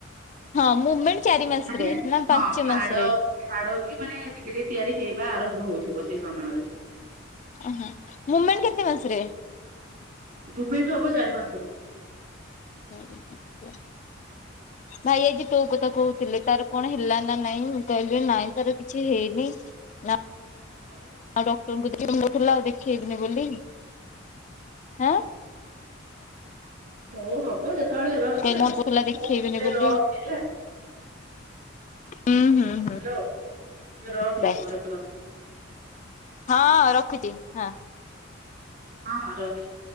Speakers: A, on the left; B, on the right.
A: ହଁ ମୁମେଣ୍ଟ ଚାରି ମାସ
B: ମାନେ
A: ରେ ନା
B: ହଁ
A: ପାଞ୍ଚ
B: ହାଡ
A: ମାସରେ?
B: ହାଡ ବି ମାନେ ଟିକେ ଟିକେ ତିଆରି ହେଇବା ଆରମ୍ଭ ହଉ ଥିବ ସେଇ ସମୟରେ।
A: ଓହୋ ମୁମେଣ୍ଟ କେତେ ମାସରେ?
B: ମୁମେଣ୍ଟ ହବ ଚାରି ମାସରୁ।
A: ହଁ କୁହ। ଭାଇ ଆଜି ତୋ କଥା କହୁଥିଲେ ତାର କଣ ହେଲା ନା ନାଇଁ ମୁଁ କହିଲି ନାଇଁ ତାର କିଛି ହେଇନି। ନା
B: ହବ
A: ଆଉ ଡକ୍ଟରଙ୍କୁ ଦେଖ ନଥିଲା ଆଉ ଦେଖେଇବିନି ବୋଲି ଆ
B: ହୁଁ। ହଉ ହବ ଯେତେବେଳେ ହେବା କଥା
A: କହିଲା
B: ହଉ
A: ଦେଖେଇବିନି
B: ଏବେ
A: ବୋଲି
B: ରଖେ ହେଲା।
A: ହୁଁ ହୁଁ ହୁଁ
B: ହାଲୋ ତୁ ରଖେ
A: ବାଏ
B: ପରେ କଥା
A: ହଁ ରଖୁଛି ହଁ।
B: ହଁ ରଖେ।